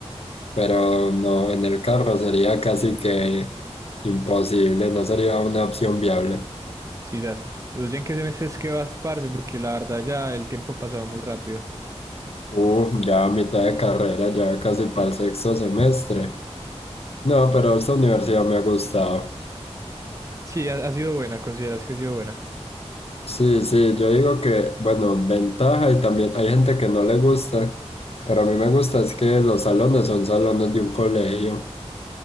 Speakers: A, on the left (about 60°); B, on the right (about 30°).
A: pero no, en el carro sería casi que imposible, no sería una opción viable.
B: Sí, das. ¿Y vos ya en qué semestre es que vas, parce? Porque la verdad ya el tiempo ha pasado muy rápido.
A: Uh, ya a mitad de carrera, ya casi para el sexto semestre. No, pero esta universidad me ha gustado.
B: Sí, ha, ha sido buena, consideras que ha sido buena.
A: Sí, sí, yo digo que, bueno, ventaja y también hay gente que no le gusta, pero a mí me gusta es que los salones son salones de un colegio.